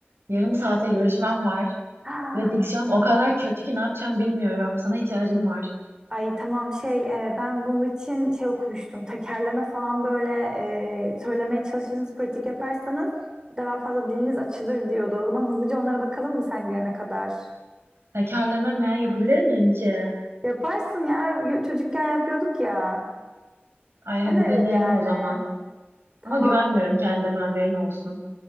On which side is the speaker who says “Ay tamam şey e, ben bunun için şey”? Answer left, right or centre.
Right